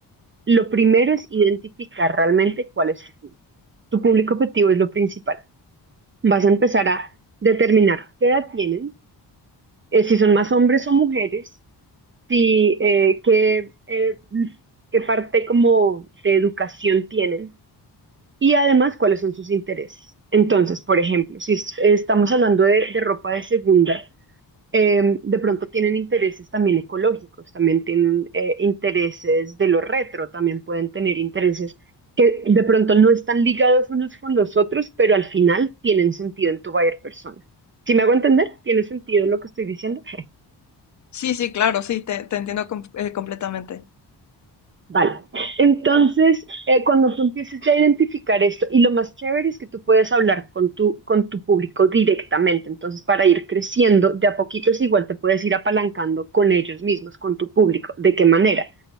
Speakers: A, on the right; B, on the left.
A: lo primero es identificar realmente cuál es tu público. Tu público objetivo es lo principal. Vas a empezar a determinar qué edad tienen, eh, si son más hombres o mujeres, si eh, qué, eh, qué parte como de educación tienen y además cuáles son sus intereses. Entonces, por ejemplo, si es- estamos hablando de, de ropa de segunda, eh, de pronto tienen intereses también ecológicos, también tienen eh, intereses de lo retro, también pueden tener intereses que de pronto no están ligados unos con los otros, pero al final tienen sentido en tu buyer persona. ¿si me hago entender? ¿Tiene sentido lo que estoy diciendo? <laughs>
B: Sí, sí, claro, sí, te, te entiendo com- eh, completamente.
A: Vale. Entonces, eh, cuando tú empieces a identificar esto, y lo más chévere es que tú puedes hablar con tu, con tu público directamente. Entonces, para ir creciendo, de a poquitos igual te puedes ir apalancando con ellos mismos, con tu público. ¿De qué manera?